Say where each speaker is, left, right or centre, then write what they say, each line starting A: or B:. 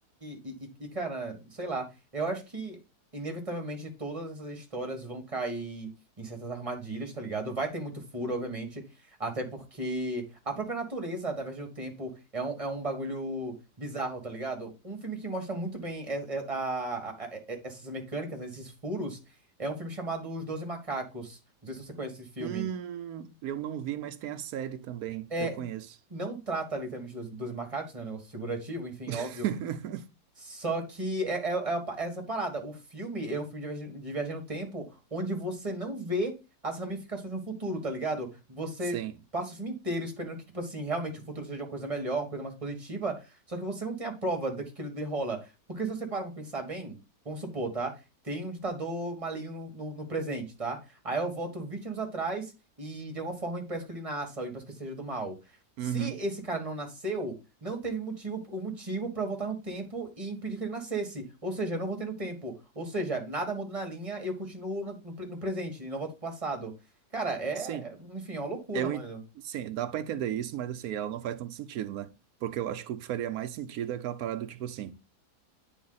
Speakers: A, on the right; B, on the right.
A: e, e, e, cara, sei lá, eu acho que inevitavelmente todas essas histórias vão cair em certas armadilhas, tá ligado? Vai ter muito furo, obviamente, até porque a própria natureza da viagem do tempo é um, é um bagulho bizarro, tá ligado? Um filme que mostra muito bem e- e- a- a- e- e- essas mecânicas, né, esses furos, é um filme chamado Os Doze Macacos. Não sei se você conhece esse filme.
B: Hum, eu não vi, mas tem a série também.
A: É,
B: Eu conheço.
A: não trata literalmente dos, dos macacos, né? é Um negócio figurativo, enfim,
B: <laughs>
A: óbvio Só que é, é- é a pa- essa parada. O filme é um filme de viagem, de viagem no tempo onde você não vê as ramificações no futuro, tá ligado? Você
B: Sim.
A: passa o filme inteiro esperando que, tipo assim, realmente o futuro seja uma coisa melhor, uma coisa mais positiva, só que você não tem a prova do que aquilo ali rola. Porque se você para pra pensar bem, vamos supor, tá? Tem um ditador maligno no, no- no presente, tá? Aí eu volto 20 anos atrás e de alguma forma impeço que ele nasça ou impeço que ele seja do mal. Se
B: Uhum.
A: esse cara não nasceu não teve motivo, o motivo para eu voltar no tempo e impedir que ele nascesse. Ou seja, eu não voltei no tempo. Ou seja, nada muda na linha e eu continuo no, no pre- no presente e não volto pro passado. Cara, é,
B: Sim.
A: enfim, é uma loucura,
B: Eu,
A: mano.
B: en- sim, dá pra entender isso, mas assim, ela não faz tanto sentido, né? Porque eu acho que o que faria mais sentido é aquela parada do tipo assim.